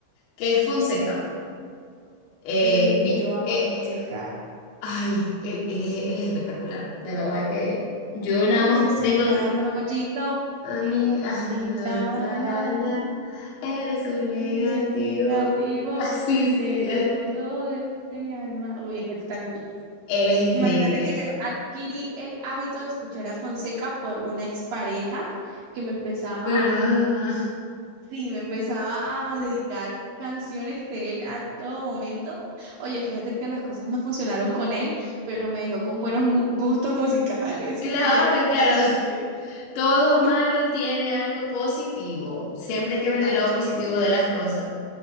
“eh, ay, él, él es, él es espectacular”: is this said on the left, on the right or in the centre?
Left